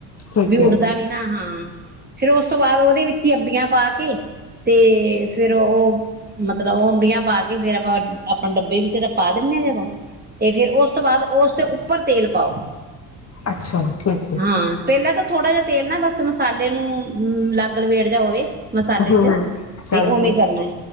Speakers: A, on the left; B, on the right.
A: ਠੀਕ
B: ਨੀ ਉਡਦਾ
A: ਹੈ
B: ਨਹੀਂ ਨਾ ਹਾਂ ਫਿਰ ਉਸ ਤੋਂ ਬਾਅਦ ਉਹਦੇ ਵਿੱਚ ਹੀ ਅੱੱਬੀਆਂ ਪਾ ਕੇ ਤੇ ਫਿਰ ਉਹ ਮਤਲਬ ਅੰਬੀਆਂ ਪਾ ਕੇ ਫਿਰ ਆਪਾਂ ਡੱਬੇ ਵਿੱਚ ਤਾਂ ਪਾ ਦਿੰਦੇ ਆ ਜਦੋਂ ਤੇ ਫਿਰ ਉਹ ਤੋਂ ਬਾਅਦ ਉਸ ਦੇ ਉੱਪਰ ਤੇਲ ਪਾਓ
A: ਅੱਛਾ ਠੀਕ ਹੈ
B: ਹਾਂ ਪਹਿਲਾਂ ਤਾਂ ਥੋੜਾ ਜਿ ਤੇਲ ਨਾ ਬਸ ਮਸਾਲੇ ਨੂੰ ਲੱਗ ਲਵੇੜ ਜਿਹਾ ਹੋਵੇ ਮਸਾਲੇ
A: ਹਮ
B: ਚ
A: ਹਮ
B: ਤੇ
A: ਹਾਂਜੀ
B: ਉਵੇਂ ਕਰਨਾ